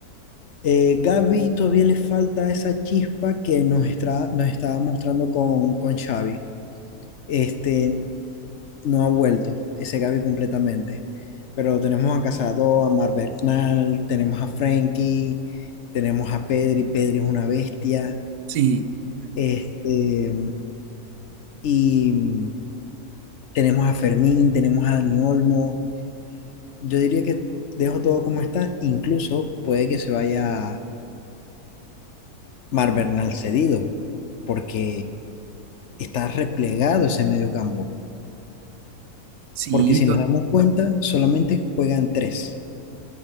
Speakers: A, on the left; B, on the right.
A: Eh, Gavi todavía le falta esa chispa que nos, estra- nos estaba mostrando con, con Xavi. Este, no ha vuelto ese Gaby completamente. Pero tenemos a Casado, a Mar Bernal, tenemos a Frankie, tenemos a Pedri, Pedri es una bestia,
B: Sí,
A: este, y tenemos a Fermín, tenemos a Dani Olmo. Yo diría que dejo todo como está, incluso puede que se vaya Mar Bernal cedido, porque está replegado ese mediocampo.
B: sí,
A: Porque si
B: to-
A: nos damos cuenta, solamente juegan tres